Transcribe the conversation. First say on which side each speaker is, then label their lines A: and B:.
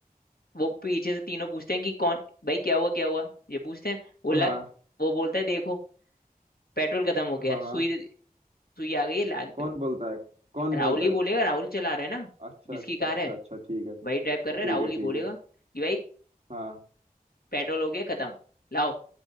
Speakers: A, on the left; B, on the right.
A: वो पीछे से तीनों पूछते हैं कि कौन भाई क्या हुआ क्या हुआ ये पूछते हैं वो लग
B: हाँ
A: वो बोलता है देखो पेट्रोल खत्म हो गया
B: हाँ हाँ
A: सुई सुई आ गई है लाल पे
B: कौन बोलता है कौन
A: राहुल
B: बोलता
A: ही बोलेगा
B: है
A: राहुल चला रहा है ना
B: अच्छा
A: जिसकी
B: अच्छा
A: कार
B: अच्छा
A: है
B: अच्छा ठीक है
A: वही ड्राइव
B: ठीक
A: कर रहा है राहुल
B: है
A: ही बोलेगा
B: ठीक है
A: कि भाई
B: हाँ
A: पेट्रोल हो गया खत्म लाओ